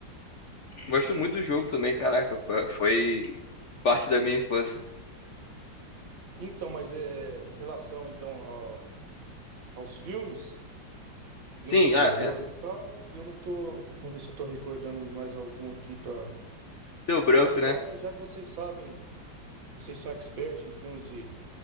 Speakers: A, on the left (about 55°); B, on the right (about 85°).
A: Gosto muito do jogo também, caraca. fo- Foi parte da minha infância.
B: Então, mas é em relação então ao- aos filmes, filmes
A: Sim,
B: de terror
A: ah, é.
B: ali e tal, eu não tô, vamos ver se eu tô recordando de mais algum aqui pra
A: Deu
B: pra
A: branco,
B: te passar,
A: né?
B: que já que vocês sabem, vocês são expert em filmes de,